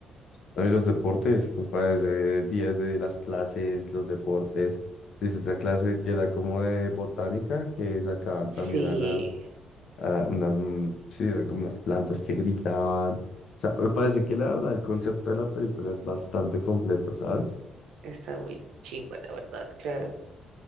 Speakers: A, on the left (about 70°); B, on the right (about 80°).
A: No, y los deportes, me parece días de las clases, los deportes. Desde esa clase que era como de botánica, que sacaban
B: Sí,
A: también a las, a unas, mm, sí, eran como unas plantas que gritaban. O sea, me parece que la verdad, el concepto de la película es bastante completo, ¿sabes?
B: está muy chimba, la verdad, claro.